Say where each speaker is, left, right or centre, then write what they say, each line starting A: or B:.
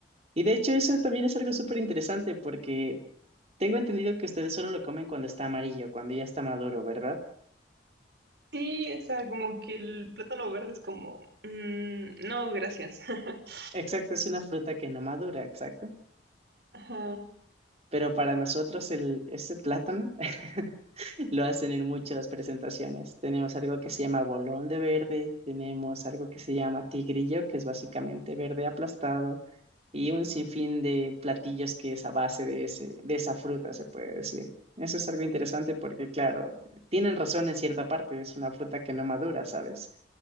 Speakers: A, on the right; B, on the right.
A: Y de hecho, eso también es algo súper interesante porque tengo entendido que ustedes solo lo comen cuando está amarillo, cuando ya está maduro, ¿verdad?
B: Sí, o sea, como que el plátano verde es como, mm, no, gracias. <laughs>
A: Exacto, es una fruta que no madura, exacto.
B: Ajá.
A: Pero para nosotros el, este plátano <laughs> lo hacen en muchas presentaciones. Tenemos algo que se llama bolón de verde, tenemos algo que se llama tigrillo, que es básicamente verde aplastado, y un sinfín de platillos que es a base de ese, de esa fruta, se puede decir. Eso es algo interesante porque, claro, tienen razón en cierta parte, es una fruta que no madura, ¿sabes?